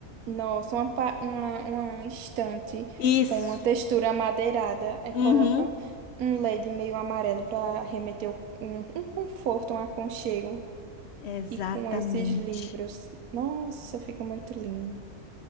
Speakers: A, on the right (about 80°); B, on the left (about 60°).
A: Nossa, uma, pa- uma, uma estante
B: Isso.
A: com uma textura amadeirada. Aí
B: Uhum.
A: coloca um LED meio amarelo para remeter o- um, um conforto, um aconchego.
B: Exatamente.
A: E com esses livros. Nossa, fica muito lindo.